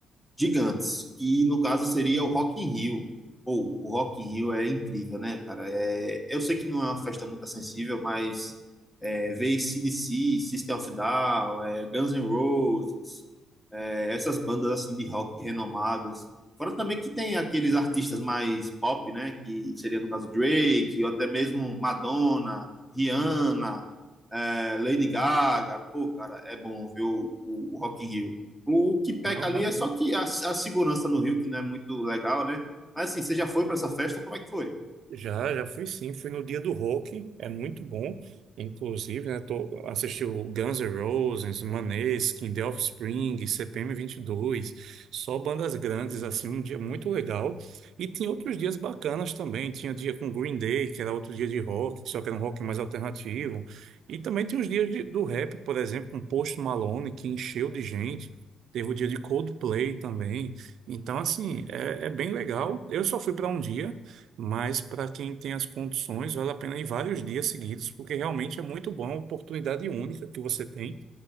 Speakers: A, in the centre; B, on the right (about 70°).
A: gigantes, que no caso seria o Rock in Rio. Ou, o Rock in Rio é incrível, né, cara? É, eu sei que não é uma festa muito acessível, mas é, ver D C, System of a Down, é, Guns N' Roses, é, essas bandas assim de rock renomadas. Fora também que tem aqueles artistas mais pop, né, que seria no caso Drake, ou até mesmo Madonna, Rihanna, é, Lady Gaga. Pô, cara, é bom ver o, o Rock in Rio. O que peca
B: Não,
A: ali
B: realmente.
A: é só que a, a segurança no Rio, que não é muito legal, né? Mas assim, você já foi para essa festa? Como é que foi?
B: Já, já fui sim, fui no dia do rock, é muito bom, inclusive, né, tô, assisti o Guns N' Roses, Maneskin, The Offspring, CPM dois só bandas grandes, assim, um dia muito legal, e tinha outros dias bacanas também, tinha dia com Green Day, que era outro dia de rock, só que era um rock mais alternativo, e também tinha os dias de- do rap, por exemplo, com Post Malone, que encheu de gente, teve o dia de Coldplay também, então, assim, é, é bem legal, eu só fui para um dia, mas para quem tem as condições, vale a pena ir vários dias seguidos, porque realmente é muito bom, uma oportunidade única que você tem.